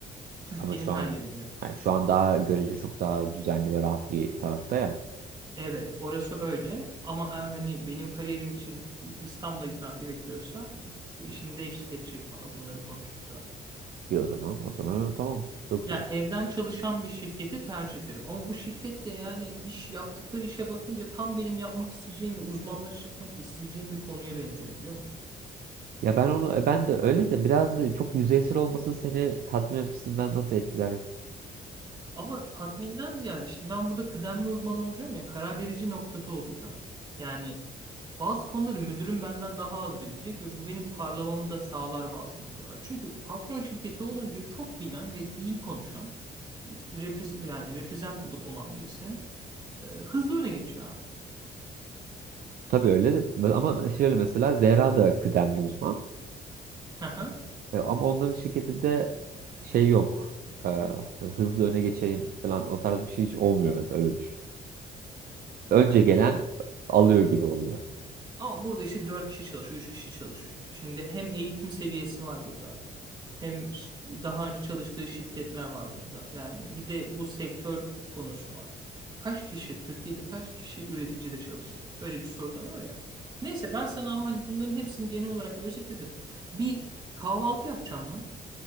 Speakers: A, on the right; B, on the right.
A: Türkiye'nin
B: Ama şu
A: her
B: an
A: yerine göre.
B: yani şu an daha görece çok daha düzenli ve rahat bir tarafta ya.
A: Evet orası öyle ama eğer hani benim kariyerim için İstanbul'a gitmem gerekiyorsa eşim de eşlik edecek bana bunları konuştuk zaten.
B: İyi o zaman. O zaman öyle, tamam. Çok
A: Yani
B: iyi.
A: evden çalışan bir şirketi tercih ederim. Ama bu şirket de yani iş yaptıkları işe bakınca tam benim yapmak isteyeceğim ve uzmanlaşmak isteyeceğim bir konuya benziyor biliyor musun?
B: Ya ben onu e, ben de öyle de biraz da çok yüzeysel olması seni tatmin açısından nasıl etkiler?
A: Ama tatminden ziyade şimdi ben burada kıdemli uzman olacağım ya karar verici noktada olacağım. Yani bazı konuları müdürüm benden daha az bilecek ve bu benim parlamamı da sağlar bazı noktalar. Çünkü patron şirketi olunca çok bilen ve iyi konuşan, repre- yani representable olan birisi e, hızlı öne geçiyor abi.
B: Tabii öyle de ama şöyle mesela Zehra da kıdemli uzman.
A: Aha.
B: E, ama onların şirketinde şey yok. E, hızlı öne geçeyim falan o tarz bir şey hiç olmuyor mesela öyle düşün. Önce
A: Kanki
B: gelen alıyor gibi oluyor.
A: Ama burada işte 4 kişi çalışıyor, 3 kişi çalışıyor. Şimdi hem eğitim seviyesi var burada. Hem ş- daha önce çalıştığı şirketler var burada. Yani bir de bu sektör konusu var. Kaç kişi, Türkiye'de kaç kişi üreticide çalıştı? Böyle bir soru da var ya. Neyse ben sana ama hani bunların hepsini genel olarak özetledim. Bir kahvaltı yapacağım ben.